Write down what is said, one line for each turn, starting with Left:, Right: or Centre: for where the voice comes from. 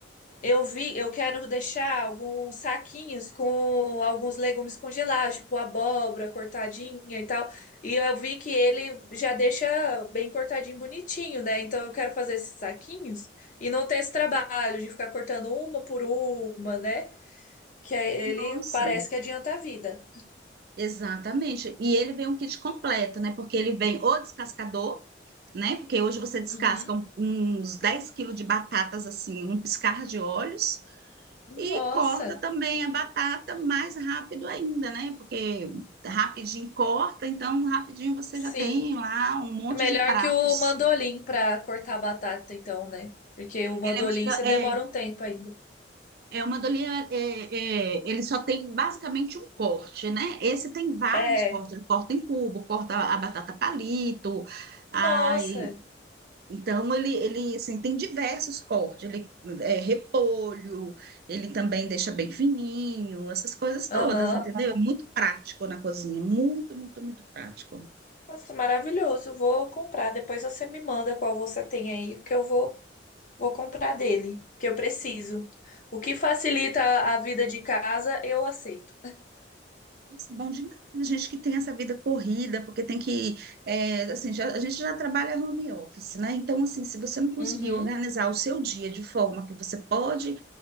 Left: Eu vi, eu quero deixar alguns saquinhos com alguns legumes congelados, tipo abóbora cortadinha e tal. E eu vi que ele já deixa bem cortadinho, bonitinho, né? Então eu quero fazer esses saquinhos e não ter esse trabalho de ficar cortando uma por uma, né? Que aí ele
Right: Nossa,
Left: parece que adianta a vida.
Right: exatamente. E ele vem um kit completo, né? Porque ele vem o descascador, né? Porque hoje você descasca
Left: Uhum.
Right: um- uns 10 quilos de batatas assim, um piscar de olhos,
Left: Nossa,
Right: e corta também a batata mais rápido ainda, né? Porque rapidinho corta, então rapidinho você
Left: sim.
Right: já tem lá um monte
Left: É melhor
Right: de pratos.
Left: que o mandolim para cortar a batata, então, né? Porque o mandolim
Right: Ele é melhor,
Left: você demora
Right: é,
Left: um tempo ainda.
Right: é uma dolia, é, é, ele só tem basicamente um corte, né? Esse tem vários
Left: É.
Right: cortes, ele corta em cubo, corta a batata palito, ai,
Left: Nossa,
Right: Então, ele, ele assim, tem diversos cortes, ele é repolho, ele também deixa bem fininho, essas coisas todas,
Left: Aham.
Right: entendeu? É muito prático na cozinha, muito, muito, muito prático.
Left: Nossa, maravilhoso. Vou comprar. Depois você me manda qual você tem aí, porque eu vou, vou comprar dele, que eu preciso. O que facilita a vida de casa, eu aceito.
Right: Nossa, Bom demais, a gente que tem essa vida corrida, porque tem que, é, assim, já- a gente já trabalha home office, né? Então, assim, se você não conseguir
Left: Uhum.
Right: organizar o seu dia de forma que você pode